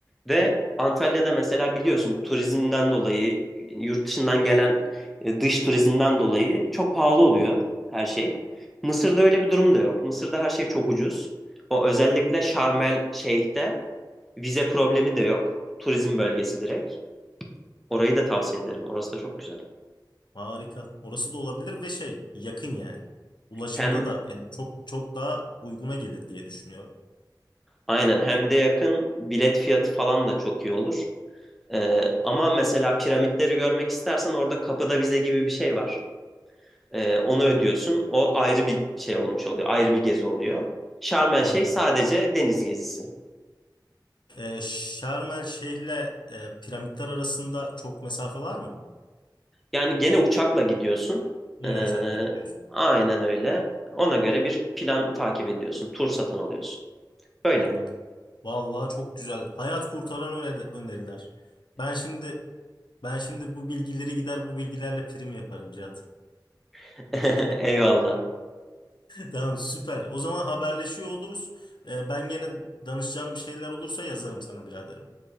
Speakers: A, in the centre; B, on the left.
A: Ve Antalya'da mesela biliyorsun turizmden dolayı, yurt dışından gelen e, dış turizmden dolayı çok pahalı oluyor her şey. Mısır'da öyle bir durum da yok. Mısır'da her şey çok ucuz. O özellikle Şarmel Şeyh'te vize problemi de yok. Turizm bölgesi direkt. Orayı da tavsiye ederim. Orası da çok güzel.
B: Harika. Orası da olabilir ve şey yakın yani. Ulaşımda
A: Hem
B: da yani çok çok daha uyguna gelir diye düşünüyorum.
A: aynen hem de yakın bilet fiyatı falan da çok iyi olur. Ee, ama mesela piramitleri görmek istersen orada kapıda vize gibi bir şey var. Ee, onu ödüyorsun. O ayrı bir şey olmuş oluyor. Ayrı bir gezi oluyor. Şarmel
B: Anladım.
A: Şeyh sadece deniz gezisi.
B: E, Şarm El Şeyh'le e, piramitler arasında çok mesafe var mı?
A: Yani gene uçakla gidiyorsun.
B: Yine
A: Ee,
B: uçakla gidiyorsun.
A: aynen öyle. Ona göre bir plan takip ediyorsun. Tur satın alıyorsun. Böyle.
B: Anladım. Vallahi çok güzel. Hayat kurtaran öneri- öneriler. Ben şimdi Ben şimdi bu bilgileri gider bu bilgilerle prim yaparım Cihat.
A: <laughs>
B: <laughs>
A: Eyvallah.
B: Tamam süper. O zaman haberleşiyor oluruz. Ee, ben gene danışacağım bir şeyler olursa yazarım sana biraderim.